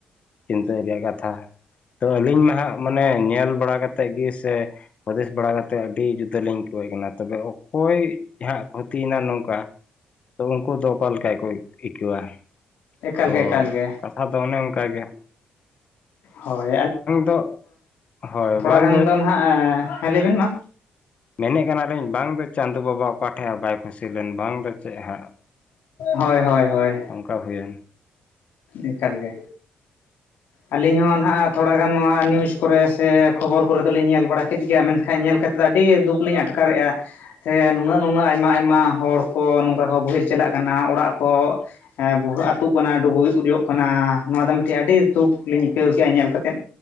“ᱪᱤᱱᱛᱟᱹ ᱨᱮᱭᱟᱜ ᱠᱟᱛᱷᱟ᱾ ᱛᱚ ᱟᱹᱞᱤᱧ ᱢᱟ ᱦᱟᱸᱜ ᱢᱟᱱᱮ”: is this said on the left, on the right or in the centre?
Left